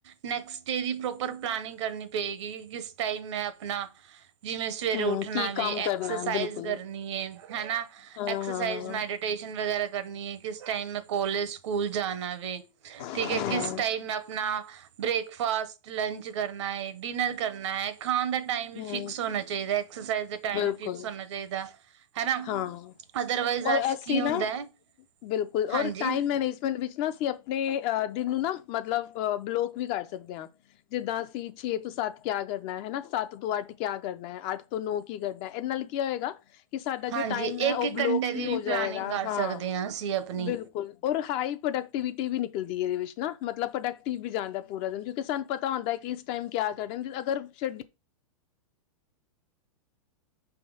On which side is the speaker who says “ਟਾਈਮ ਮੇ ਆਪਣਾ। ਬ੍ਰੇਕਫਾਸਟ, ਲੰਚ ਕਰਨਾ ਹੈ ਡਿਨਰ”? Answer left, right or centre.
Right